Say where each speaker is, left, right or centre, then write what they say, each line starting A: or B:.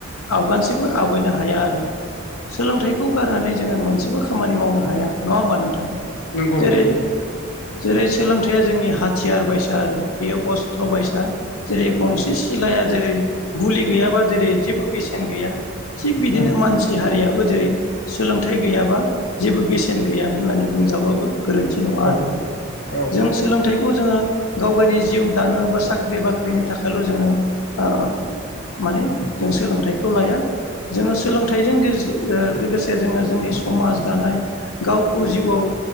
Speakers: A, on the left; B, on the left.
A: आवगानसेबो आवगायनो हाया आरो सोलोंथाइखौ गारनानै जोङो मोनसेबो खामानि मावनो हाया नङा होमबा नोंथां?
B: नोंगौ
A: जेरै
B: नंगौ।
A: जेरै सोलोंथाइया जोंनि हाथियार बायसा आरो बेयो अस्त्र बायसा। जेरै गंसे
B: उम
A: सिलाया जेरै गुलि गैयाबा जेरै जेबो बेसेन गैया। थिग बिदिनो
B: उम
A: मानसि हारियाबो जेरै सोलोंथाइ गैयाबा जेबो बेसेन गैया होननानै बुंजाबाबो गोरोन्थि नङा
B: औ
A: आरो
B: औ
A: जों सोलोंथाइ खौ जोङो गावगायनि जिउ दानो बा साख्रि बाख्रिनि थाखायल' जोङो ओ माने जों सोलोंथाइखौ लाया। जोङो सोलोंथाइजों गेजजो ओ लोगोसे जोङो जोंनि समाज दानाय गावखौ जिउआव